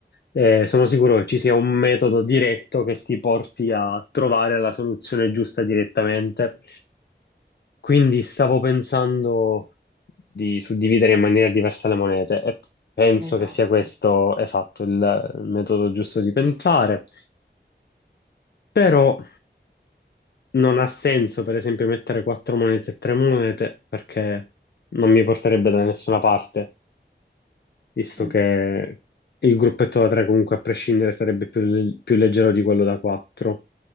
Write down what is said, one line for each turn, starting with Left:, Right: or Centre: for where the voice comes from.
Left: eh, sono sicuro che ci sia un metodo diretto che ti porti a trovare la soluzione giusta direttamente. Quindi stavo pensando di suddividere in maniera diversa le monete e penso
Right: Esatto.
Left: che sia questo esatto il, il metodo giusto di pensare,
Right: Sì.
Left: però non ha senso per esempio mettere quattro monete e tre monete perché non mi porterebbe da nessuna parte, visto
Right: Mm,
Left: che il gruppetto da tre comunque a prescindere sarebbe più più leggero di quello da quattro,